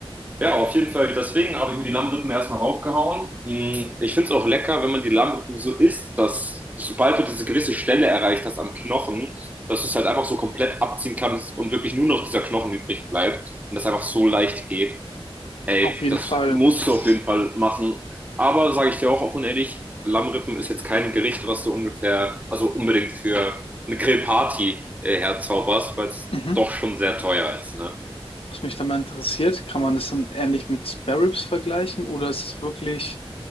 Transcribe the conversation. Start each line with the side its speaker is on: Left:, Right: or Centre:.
Right: ja, auf jeden Fall, deswegen habe ich mir die Lammrippen erstmal raufgehauen. Mm, Ich finde es auch lecker, wenn man die Lammrippen so isst, dass sobald du diese gewisse Stelle erreicht hast am Knochen, dass du es halt einfach so komplett abziehen kannst und wirklich nur noch dieser Knochen übrig bleibt und das einfach so leicht geht. Ey,
Left: Auf jeden
Right: das
Left: Fall.
Right: musst
Left: Das
Right: du auf
Left: ist,
Right: jeden Fall machen. Aber sage ich dir auch offen und ehrlich, Lammrippen ist jetzt kein Gericht, was du ungefähr, also unbedingt für eine Grillparty äh, herzauberst, weil es
Left: mhm.
Right: doch schon sehr teuer ist, ne?
Left: Was mich da mal interessiert, kann man das dann ähnlich mit Spare Ribs vergleichen oder ist es wirklich